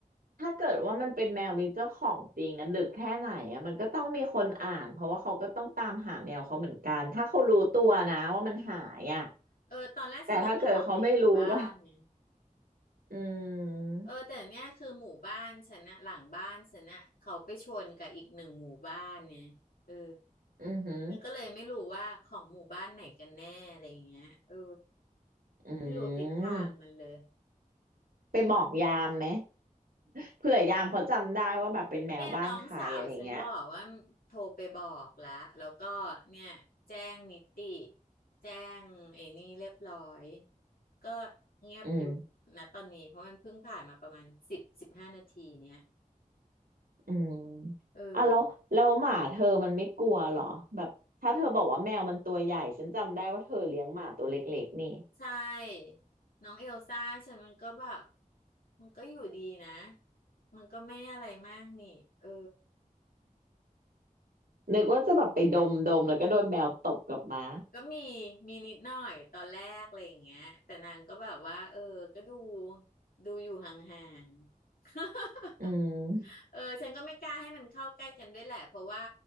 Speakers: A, on the right (about 85°); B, on the left (about 80°).
A: ถ้าเกิดว่ามันเป็นแมวมีเจ้าของจริงอะดึกแค่ไหนอะมันก็ต้องมีคนอ่านเพราะว่าเขาก็ต้องตามหาแมวเขาเหมือนกันถ้าเขารู้ตัวนะว่ามันหายอะ
B: เออตอนแรกฉันนึกว่าของในหมู่บ้านนะ
A: แต่ถ้าเกิดเขาไม่รู้ก็อื
B: เออแต่เนี่ยคือหมู่บ้านฉันนะหลังบ้านฉันนะเขาไปชนกับอีกหนึ่งหมู่บ้านเนี่ยเออ
A: มอือหือ
B: มันก็เลยไม่รู้ว่าของหมู่บ้านไหนกันแน่อะไรอย่างเงี้ยเออ
A: อื
B: ไม่รู้ทิศทางมันเลย
A: มไปบอกยามไหมเผื่อยามเขาจำได้ว่าแบบเป็นแมวบ้านใครอะไรเงี้ย
B: เนี่ยน้องสาวฉันบอกว่าโทรไปบอกแล้วแล้วก็เนี่ยแจ้งนิติแจ้งไอ้นี่เรียบร้อยก็เงียบอยู่นะตอนนี้เพราะมันเพิ่งผ่านมาประมาณสิบสิบห้านาทีเนี่ย
A: อืม อืม
B: เออ
A: อ่ะแล้วแล้วหมาเธอมันไม่กลัวเหรอแบบถ้าเธอบอกว่าแมวมันตัวใหญ่ฉันจำได้ว่าเธอเลี้ยงหมาตัวเล็กๆนี่
B: ใช่น้องเอลซ่าฉันมันก็แบบมันก็อยู่ดีนะมันก็ไม่อะไรมากนี่เออ
A: นึกว่าจะแบบไปดมดมแล้วก็โดนแมวตบกลับมา
B: ก็มีมีนิดหน่อยตอนแรกอะไรอย่างเงี้ยแต่นางก็แบบว่าเออก็ดูดูอยู่ห่างๆ
A: อืม
B: <laughs> เออฉันก็ไม่กล้าให้มันเข้าใกล้กันด้วยแหละเพราะว่า